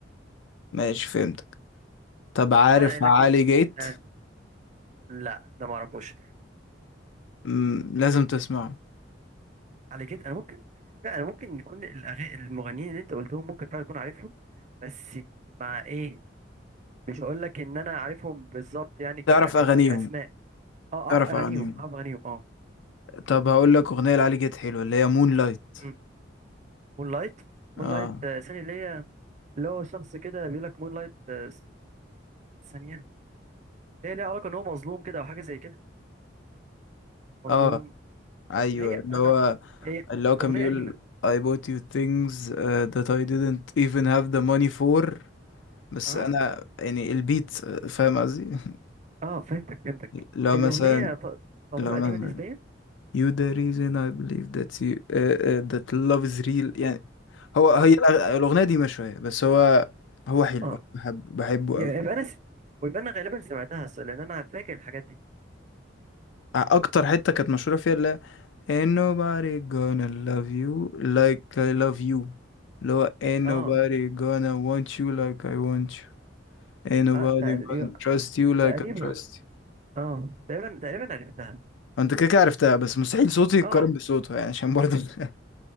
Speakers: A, on the left; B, on the right.
A: ماشي فهمتك طب عارف
B: اه لكن
A: علي جيت
B: آه لا ده ما اعرفوش
A: مم. لازم تسمعه
B: على كده انا ممكن لا انا ممكن يكون الأغاني المغنيين اللي انت قلتهم ممكن فعلا يكون عارفهم بس مع ايه مش هقول لك ان انا عارفهم بالظبط يعني ك...
A: تعرف
B: ك...
A: اغانيهم
B: كاسماء اه
A: تعرف
B: اعرف اغانيهم
A: اغانيهم
B: اعرف اغانيهم اه
A: طب هقول لك اغنيه لعلي جيت حلوه اللي هي مون لايت
B: مم. مون لايت مون
A: اه
B: لايت آه، ثانيه اللي هي اللي هو شخص كده بيقول لك مون لايت آه، ثانيه هي ليها علاقه ان هو مظلوم كده او حاجه زي كده مظلوم
A: اه ايوه
B: هي
A: اللي
B: انا
A: هو
B: هي
A: اللي هو كان
B: اغنيه
A: بيقول
B: قديمه
A: I bought you things uh, that I didn't even have the money for بس
B: اه
A: انا يعني البيت آه، فاهم قصدي <laughs>
B: اه فهمتك فهمتك
A: لو
B: هي
A: مثلا
B: الاغنيه ت- تعتبر
A: لو مثلا
B: قديمه نسبيا
A: You the reason I believe that you uh, uh, that love is real يعني هو هي
B: اه
A: الأغ- الأغنية دي مشوية بس هو هو حلو
B: اه
A: أنا بحب بحبه
B: يبقى
A: قوي
B: انا س... ويبقى انا غالبا سمعتها اصل لان انا فاكر الحاجات دي
A: أكتر حتة كانت مشهورة فيها اللي هي Ain't nobody gonna love you like I love you اللي هو Ain't
B: اه
A: nobody gonna want you like I want you Ain't nobody
B: اه تقريبا
A: gonna trust you like
B: تقريبا
A: I trust you
B: اه تقريبا تقريبا عرفتها
A: أنت كده كده عرفتها بس مستحيل صوتي يتقارن
B: اه
A: بصوتها يعني عشان برضه <laughs>